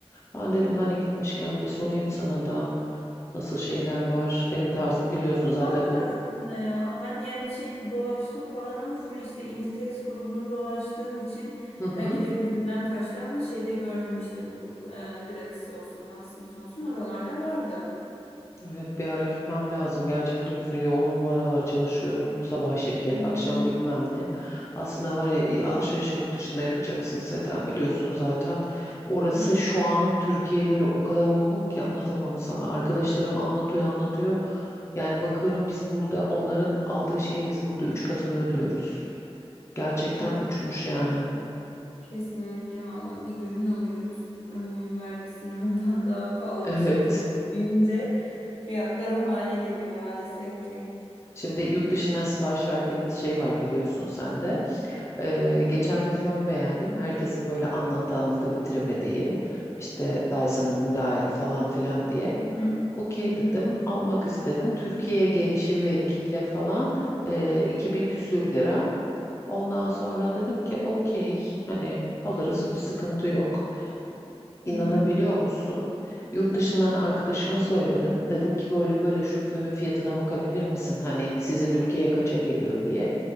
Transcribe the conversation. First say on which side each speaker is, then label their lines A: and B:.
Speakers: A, on the left; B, on the left.
A: ben dedim hani gitmişken bir sorayım sana da nasıl şeyler var benim tarzım biliyorsun zaten
B: Vardır
A: bu.
B: aslında ya. Ben yani şey dolaştım falan ama full işte Inditex grubunu dolaştığım için
A: Hı hı.
B: belki de gözümden kaçtı ama şeyde gördüm işte bu e, gratis olsun, Watsons olsun oralarda vardı.
A: Evet bir ara gitmem lazım. Gerçi biliyorsun yoğunum bu aralar çalışıyorum. Sabah şirket,
B: Hmm,
A: akşam bilmem ne. Aslında var ya alışverişi yurt dışında yapacaksın Seda. Biliyorsun zaten. Orası
B: evet
A: şu
B: evet.
A: an Türkiye'ye göre o kadar uygun ki anlatamam sana. Arkadaşlarım anlatıyor anlatıyor. Yani bakıyorum biz burada onların aldığı şeyin biz burada üç katını ödüyoruz. Gerçekten
B: Ya
A: uçmuş yani.
B: Kesinlikle valla bir ürün alıyoruz ama vergisini ondan <laughs> daha pahalı
A: <laughs> Evet.
B: bir şekilde ödeyince fiyatlar o hale geliyor maalesef ki.
A: Şimdi yurt dışından sipariş verdiğimiz şey var biliyorsun sen de. Ee,
B: Hı
A: geçen bir fön beğendim. Herkesin böyle anlattı anlata bitiremediği işte Dyson'ın müdahil falan filan diye.
B: hı.
A: Okey
B: Hı hı.
A: dedim almak istedim. Türkiye'ye gelişi vergiyle falan e, 2000 küsür lira. Ondan sonra dedim ki okey hani alırız bir sıkıntı yok. İnanabiliyor
B: Hı hı,
A: musun? Yurt dışından arkadaşıma söyledim. Dedim ki böyle böyle şu fönün fiyatına bakabilir misin? Hani sizin ülkeye kaça geliyor diye.